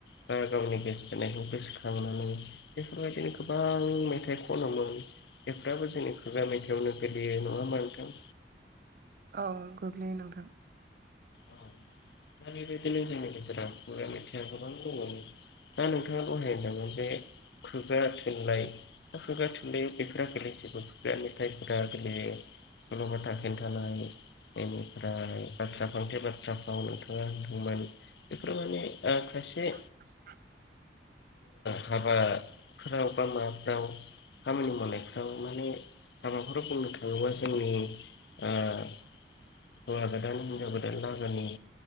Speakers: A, on the left; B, on the right.
A: बा गावनि गोसथोनायखौ गोसोखांनानै बेफोरबायदिनो गोबां। गोबां मेथाइ खनमोन बेफ्राबो जोंनि खुगा मेथाइआवनो गोग्लैयो नङा होनबा नोंथां।
B: औ गोग्लैयो नोंथां।
A: औ दा बेबायदिनो जोंनि गेजेराव खुगा मेथाइआ गोबां दङमोन। दा नोंथाङा दहाय होनलां जे खुगा थुनलाय। खुगा थुनलाइयाव बेफोरा गोलैजोबो खुगा मेथाइफोरा गोलैयो। सल'बाथा खिन्थानाय बेनिफ्राय बाथ्रा फांथे बाथ्रा फ्राव नोंथाङा। मान बेफोर माने खायसे
B: <inaudible>
A: हाबाफोराव बा माबाफोराव। खामानि मावनायफ्राव माने हाबाफोराव बुंनो थाङोबा जोंनि ओ हौवा गोदान हिनजाव गोदान लागोनि